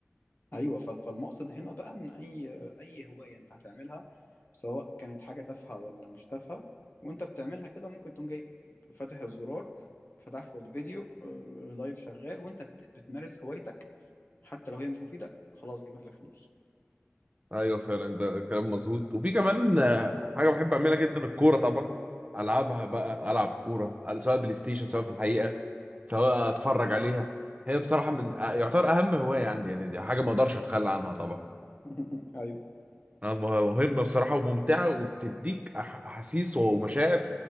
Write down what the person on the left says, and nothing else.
ايوه فال- فالمقصد هنا بقى ان اي اي هوايه انت هتعملها سواء كانت حاجه تافهه ولا مش تافهه وانت بتعملها كده ممكن تقوم جاي فاتح الزرار فتحت الفيديو آه، لايف شغال وانت بت... بتمارس هوايتك حتى لو هي مش مفيدة خلاص جابت لك فلوس
<laughs> ايوه